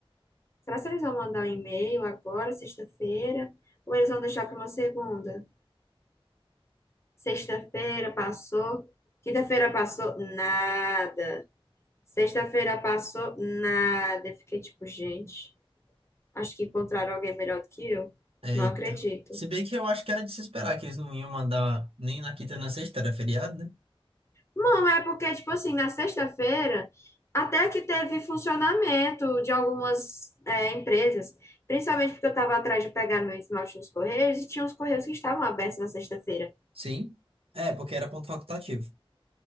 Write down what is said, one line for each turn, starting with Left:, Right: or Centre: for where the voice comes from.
Left: será que eles vão mandar um e-mail agora, sexta-feira? Ou eles vão deixar para uma segunda? Sexta-feira passou, quinta-feira passou, nada. Sexta-feira passou nada. Eu Fiquei tipo, gente, acho que encontraram alguém melhor do que eu.
Right: Eita.
Left: Não acredito.
Right: Se bem que eu acho que era de se esperar que eles não iam mandar nem na quinta nem na sexta, era feriado, né?
Left: Não, é porque, tipo assim, na sexta-feira, até que teve funcionamento de algumas é, empresas, principalmente porque eu tava atrás de pegar meu esmalte nos correios e tinha uns correios que estavam abertos na sexta-feira.
Right: Sim. É, porque era ponto facultativo.